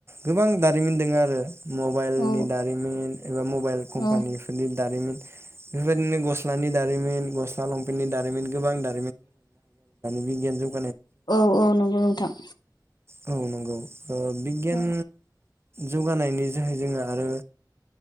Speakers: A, on the right; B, on the left.
A: गोबां दारिमिन दङ आरो मबाइलनि
B: औ
A: दारिमिन एबा मबाइल कम्पानिफोरनि
B: औ
A: दारिमिन बेफोरबायदिनो गस्लानि दारिमिन गस्ला लंपेन्टनि दारिमिन गोबां दा बिगियाननि
B: औ औ नंगौ नोंथां।
A: औ नंगौ। थ' बिगियान
B: औ
A: जौगानायनि जोहै जोंङो आरो